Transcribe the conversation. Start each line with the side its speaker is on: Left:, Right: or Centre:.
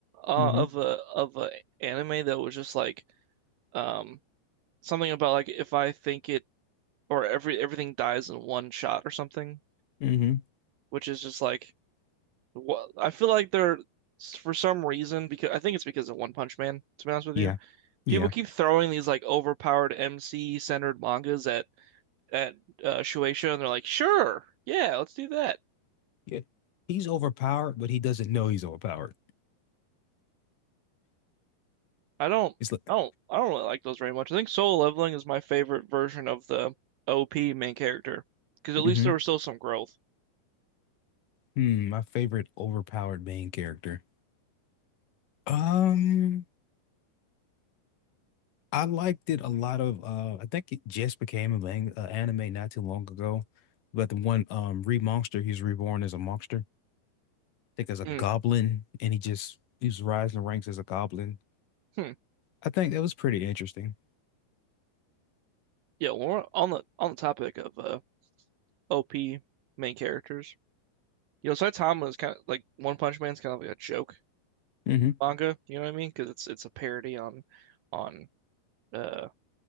Right: uh,
Left: Mm-hmm.
Right: of a of a anime that was just like um something about like if I think it or every everything dies in one shot or something,
Left: Mm-hmm.
Right: which is just like what I feel like they're for some reason because I think it's because of One Punch Man, to be honest with
Left: Yeah.
Right: you
Left: Yeah.
Right: people keep throwing these like overpowered MC centered mangas at at uh, Shueisha, and they're like, sure, yeah, let's do that.
Left: Yeah. He's overpowered, but he doesn't know he's overpowered.
Right: I don't,
Left: It's like,
Right: I don't, I don't really like those very much. I think Solo Leveling is my favorite version of the OP main character because at
Left: mm-hmm.
Right: least there was still some growth.
Left: Hmm, my favorite overpowered main character. Um. I liked it a lot of uh I think it just became a lang uh, anime not too long ago. But the one um Re Monster, he's reborn as a monster. I think as a goblin
Right: Mm,
Left: and he just he's rising the ranks as a goblin.
Right: hmm.
Left: I think that was pretty interesting.
Right: Yeah, well, on the on the topic of uh, OP main characters, you know, Saitama is kind of like One Punch Man's kind of like a joke
Left: hmm
Right: manga. You know what I mean? Because it's it's a parody on on uh